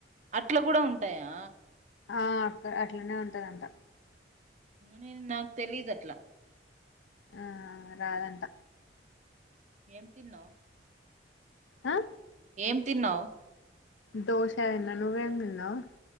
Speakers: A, on the right; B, on the left.
A: అట్లా గూడా ఉంటాయా
B: ఆ అక్క అట్లనే ఉంటదంట
A: నేను నాకు తెలీదు అట్లా
B: ఆ రాదంట
A: ఏం తిన్నావు
B: ఆ
A: ఏం తిన్నావు
B: దోశా తిన్నా నువ్ ఏం తిన్నావ్